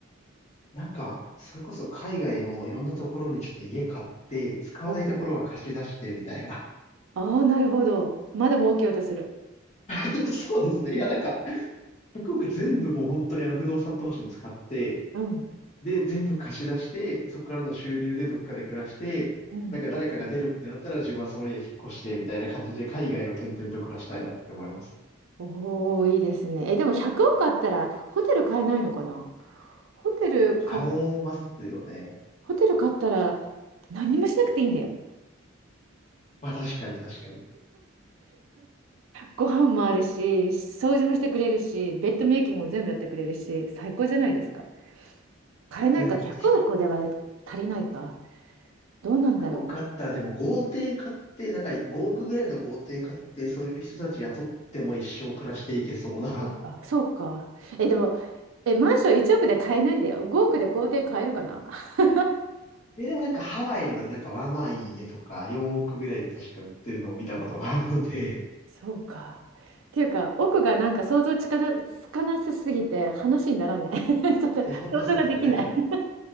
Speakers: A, on the left (about 35°); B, on the right (about 75°).
A: なんか、それこそ海外のいろんなところにちょっと家買って、使わないところは貸し出してみたいな。
B: おーああ、なるほど。まだ儲けようとする。
A: <laughs> そうですね。いや、なんか、1 0全部もう本当にあの不動産投資に使って、
B: うん。
A: で、全部貸し出して、そこからの収入でどっかで暮らして、
B: うん。
A: なんか誰かが出るってなったら自分はその家引っ越してみたいな感じで海外を転々と暮らしたいなって思います。
B: おお、いいですね。え、でも100億あったらホテル買えないのかなホテルか、
A: 買えますよね。
B: ホテル買ったら何もしなくていいんだよ。
A: まあ確かに確かに。
B: ご飯もあるし、掃除もしてくれるし、ベッドメイキングも全部やってくれるし、最高じゃないですか。買えないか、
A: え、でも本当
B: 100億では足りないか。どうなんだろう。
A: 100億あったらでも豪邸買って、なんか5億ぐらいの豪邸買って、そういう人たち雇っても一生暮らしていけそうな。
B: そうか、そうか。え、でも、え、マンション1億で買えないんだよ。5億で豪邸買えるかな。<laughs>
A: <laughs> え、でもなんかハワイのなんかまあまあいい家とか4億ぐらいで確か売ってるのを見たことがあるので、
B: そうか。っていうか、奥がなんか想像つかな、つかなさすぎて話にならんね。<laughs>
A: <laughs>
B: ちょっと想像ができない。
A: いや、ほんとそうですね。なんか、
B: <laughs>